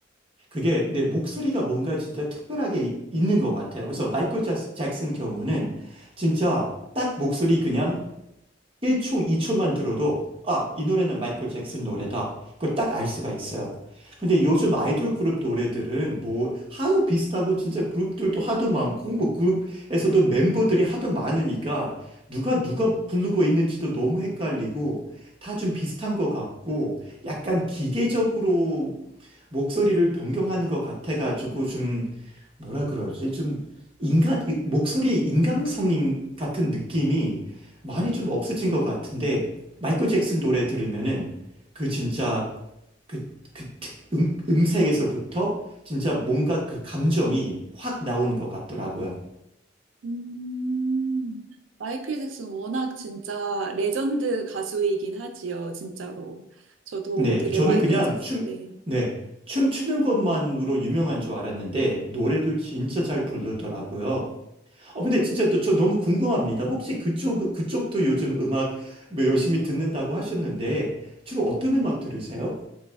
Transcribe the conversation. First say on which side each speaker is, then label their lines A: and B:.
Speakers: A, on the right; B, on the right.
A: 그게 내 목소리가 뭔가 진짜 특별하게 이- 있는 것 같아요. 그래서 마이클 잭- 잭슨 경우는 진짜 딱 목소리 그냥 1초, 2초만 들어도 아, 이 노래는 마이클 잭슨 노래다. 그걸 딱 알 수가 있어요. 근데 요즘 아이돌 그룹 노래들은 뭐 하도 비슷하고 진짜 그룹들도 하도 많고 뭐 그룹에서도 멤버들이 하도 많으니까 누가 누가 부르고 있는지도 너무 헷갈리고 다 좀 비슷한 것 같고 약간 기계적으로 목소리를 변경하는 것 같아가지고 좀 뭐라 그러지? 좀 인간, 이 목소리의 인간성 같은 느낌이 많이 좀 없어진 것 같은데, 마이클 잭슨 노래 들으면은 그 진짜 그, 그 특- 음, 음색에서부터 진짜 뭔가 그 감정이 확 나오는 것 같더라고요.
B: 음, 마이클 잭슨 워낙 진짜 레전드 가수이긴 하지요, 진짜로. 저도
A: 네,
B: 되게
A: 그 저는
B: 마이클
A: 그냥
B: 잭슨,
A: 춤,
B: 네.
A: 네, 춤추는 것만으로 유명한 줄 알았는데, 노래도 진짜 잘 부르더라고요. 어, 근데 진짜 또 저 너무 궁금합니다. 혹시 그쪽, 그쪽도 요즘 음악 뭐 열심히 듣는다고 하셨는데, 주로 어떤 음악 들으세요?